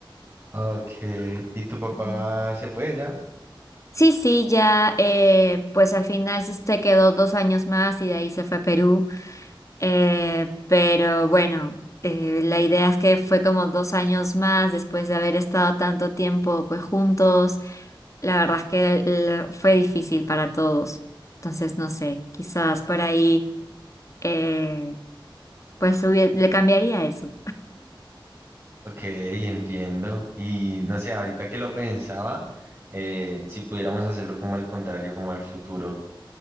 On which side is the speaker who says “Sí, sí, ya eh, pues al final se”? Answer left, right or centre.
Left